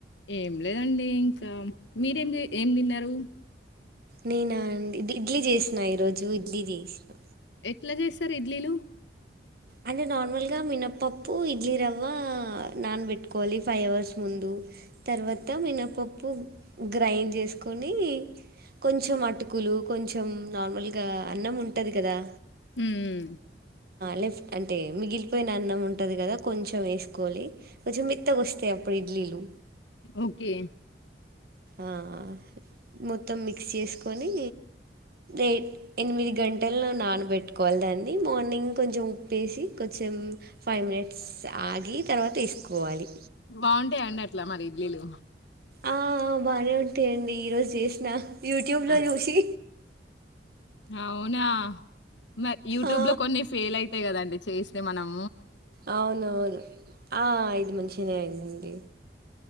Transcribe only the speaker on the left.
ఏం లేదండి ఇంకా మీరెం చే ఏం తిన్నారు
ఎట్లా చేస్తారు ఇడ్లీలు
హమ్ హమ్
ఓకే
బాగుంటయ అండి అట్లా మరి ఇడ్లీలు
ఆహ్!
అవునా మ యూట్యూబ్
లో కొన్ని ఫెయిల్ అయితాయి కదండి చేస్తే మనం